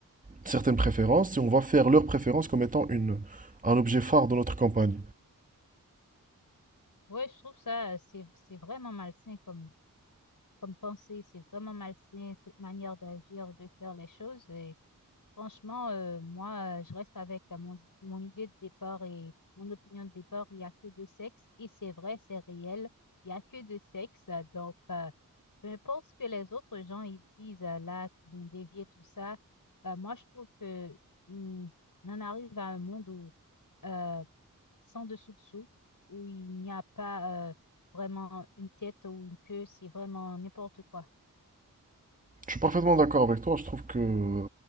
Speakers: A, on the right; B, on the left.
A: certaines préférences et on va faire leurs préférences comme étant une, un objet phare de notre campagne.
B: Ouais, je trouve ça, euh, c'est, c'est vraiment malsain comme, comme pensée, c'est vraiment malsain cette manière d'agir, de faire les choses. Et franchement, euh, moi, euh, je reste avec euh, mon, mon idée de départ et mon opinion de départ, il n'y a que deux sexes, et c'est vrai, c'est réel, il n'y a que deux sexes. euh, Donc, euh, peu importe ce que les autres gens ils disent euh, là, qui vont dévier tout ça, euh, moi, je trouve que hum, on en arrive à un monde où... euh, sans dessus-dessous, où il n'y a pas euh, vraiment une tête ou une queue, c'est vraiment n'importe quoi.
A: Je suis parfaitement d'accord avec toi. Je trouve que